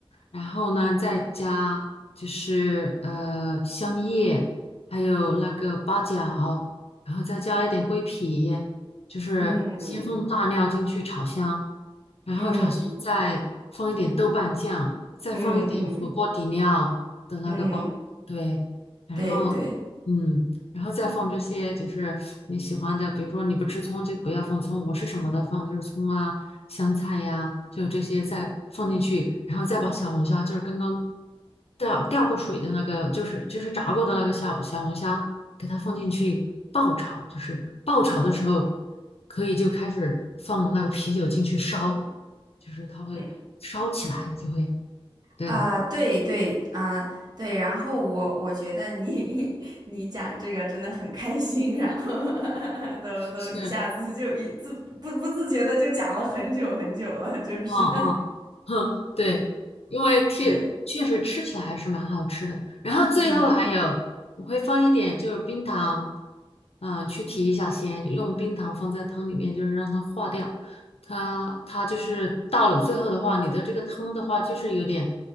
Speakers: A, on the left (about 85°); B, on the right (about 45°).
A: 然后呢，再加就是呃香叶，还有那个八角，然后再加一点桂皮，就是先放大料进去炒香，
B: 嗯
A: 然后炒香再放一点豆瓣酱，
B: 嗯
A: 再放一点火锅底料的那个包，
B: 嗯嗯嗯，
A: 对，然后
B: 对对，
A: 嗯。然后再放这些就是你喜欢的，比如说你不吃葱就不要放葱，我是什么的放，就是葱啊、香菜呀、就这些再放进去，然后再把小龙虾，就是刚刚掉掉过水的那个，就是就是炸过的那个小小龙虾，给它放进去爆炒，就是爆炒的时候可以就开始放那个啤酒进去烧，就是它会烧起来，
B: 嗯
A: 就会对，
B: 啊，对对啊，对。然后我我觉得你 <laughs> 你讲这个真的很开心，然后 <laughs> 都都一下子就一自不不自觉的就讲了很久很久了，
A: 是，嗯
B: 就是
A: 嗯。嗯，对，因为确确实吃起来还是蛮好吃的。
B: <laughs> 对，
A: 然后最后还有，
B: 嗯。
A: 我会放一点就是冰糖，嗯、去提一下鲜，用冰糖放在汤里面，就是让它化掉。它它就是到了最后的话，你的这个汤的话就是有点